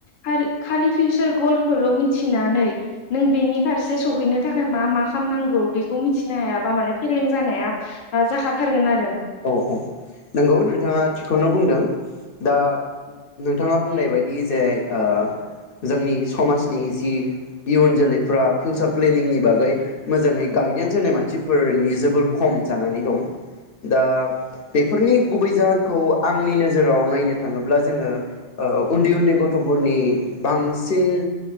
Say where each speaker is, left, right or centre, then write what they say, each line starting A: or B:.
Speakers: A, on the left (about 85°); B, on the left (about 55°).
A: खाल-खालि फिउचार गलखोल' मिथिनानै नों बेनि फारसे सौहैनो थाखाय मा मा खामनांगौ बे खौ मिथिनो हायाबा माने फेलें जानाया जाखाथारगोन आ
B: अ औ नंगौ नोंथाङा थिगखौनो बुंदों दा नोंथाङा बुंनाय बायदि। बि जे ओ जोंनि समाजनि जि इयुन जोलैफ्रा फिउचार प्लेनिंनि बागै मोजाङै गाइडेन्स होनाय मानसिफोरनि जोबोर खम जानानै दं। दा बेफोरनि गुबै जाहोनखौ आंनि नोजोराव नायनो थाङोब्ला जोङो ओ उन्दै उन्दै गथ'फोरनि बांसिन